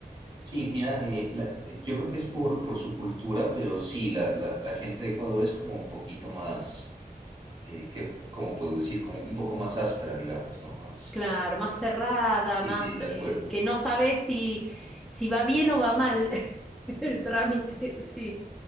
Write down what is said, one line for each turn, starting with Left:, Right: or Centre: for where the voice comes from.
Right: Sí, mira, eh, la- eh, yo creo que es por, por su cultura, pero sí, la, la, la gente de Ecuador es como un poquito más, eh, que, ¿cómo puedo decir? Como un poco más áspera, digamos, ¿no? Más.
Centre: Claro, más cerrada,
Right: Sí,
Centre: más
Right: sí, de acuerdo.
Centre: eh, que no sabes si, si va bien o va mal <laughs> el trámite, sí.